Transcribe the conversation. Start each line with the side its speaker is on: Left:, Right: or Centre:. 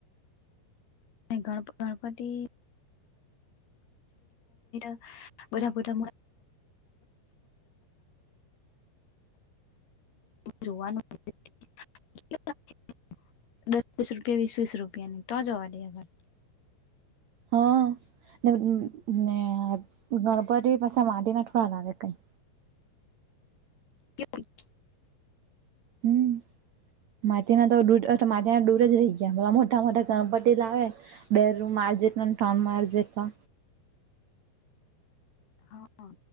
Left: ગણપ ગણપતિ <unintelligible> બુધા બુધા મ જોવાનું <unintelligible> દસ દસ રૂપિયા વીસ વીસ રૂપિયાની તો જવા દે આર
Right: હા ને ને ગણપતિ પાસે માંટીના થોડા લાગે કંઈ
Left: <inaudible>
Right: હમ્મ માટીના તો <unintelligible> તો માટીના દૂર જ રહી ગયા મોટા મોટા ગણપતી લાવે બે માર જેટને ટઉન માર જેટલા
Left: હા